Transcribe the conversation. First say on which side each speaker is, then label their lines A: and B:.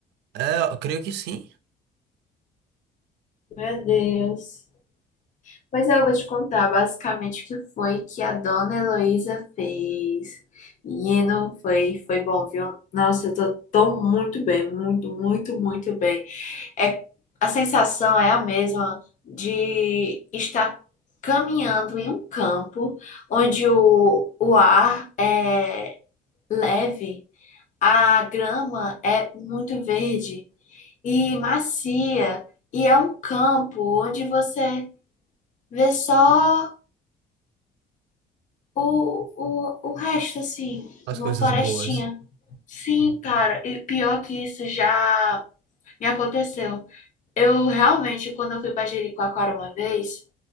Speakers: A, on the right; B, on the left.
A: É, eu creio que sim.
B: Meu Deus. Pois é, eu vou te contar basicamente o que foi que a dona Heloísa fez. Menino, foi, foi bom, viu? Nossa, eu tô tão muito bem, muito, muito, muito bem. É, a sensação é a mesma de estar caminhando em um campo onde o, o ar é leve, a grama é muito verde e macia, e é um campo onde você vê só. O, o, o resto, assim,
A: As
B: uma
A: coisas
B: florestinha.
A: boas.
B: Sim, cara, e pior que isso já me aconteceu. Eu realmente, quando eu fui pra Jericoacoara uma vez,